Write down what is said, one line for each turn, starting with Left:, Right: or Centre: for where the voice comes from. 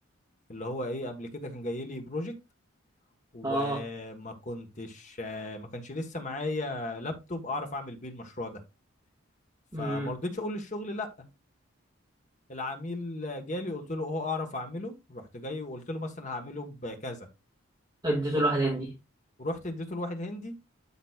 Left: اللي هو ايه قبل كده كان جاي لي بروجكت وما
Right: اه
Left: كنتش ما كانش لسه معايا لابتوب اعرف اعمل بيه المشروع ده فما
Right: امم
Left: رضيتش اقول للشغل لا العميل جالي قلت له اه اعرف اعمله رحت جاي وقلت له مثلا هعمله بكذا
Right: اديته
Left: رحت
Right: لواحد هندي
Left: ورحت اديته لواحد هندي